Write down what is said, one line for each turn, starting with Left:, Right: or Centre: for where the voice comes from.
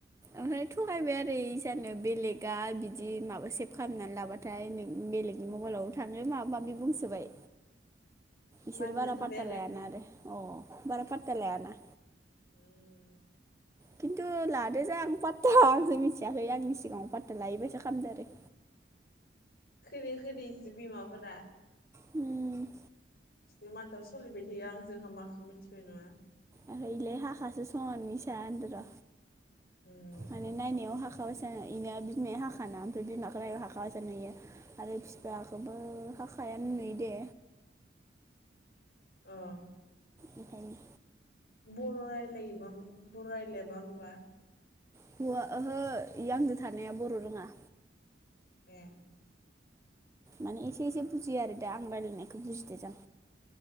Right: ओमफ्राय थगायबाय आरो इसानो बेलेगा बिदि माबा सेभ खालामनानै लाबाथाय नों बेलेगनि मबाइलावबो थाङो माबा माबि बुंसोबाय। इसोर
Left: मानिना
Right: बारा
Left: थाबाय
Right: पात्ता लायाना आरो अ बारा पात्ता लायाना।
Left: <unintelligible>
Right: किन्तु लादो जां पात्ता आंसो मिथियाखै आंनि सिगाङाव पात्ता लायैबायसा खामदो आरो।
Left: खोरि खरियैसो बिमाफोरा।
Right: हम।
Left: बि मानताव सलिबाय थायो आंजों हामाखौ मिनथिनाय नङा।
Right: आरो इलाय हाखासं इसा होनदोबा
Left: उम
Right: माने नायनायाव हाख खा बायसा इना बिमाया हाखाना ओमफाय बिमाखो नायबा हाखा बायसा नुयो आरो बिफायाखोबो हाखायानो नुयो दे।
Left: ओं
Right: ओंखायनो।
Left: बर' रायलायोबा बर' रायलायाबा ओमबा?
Right: हुवा ओहो इ आंदो थानाया बर' रोङा।
Left: ए।
Right: माने एसे एसे बुजियो आरो दा आं रायलायनायखो बुजिदो जां।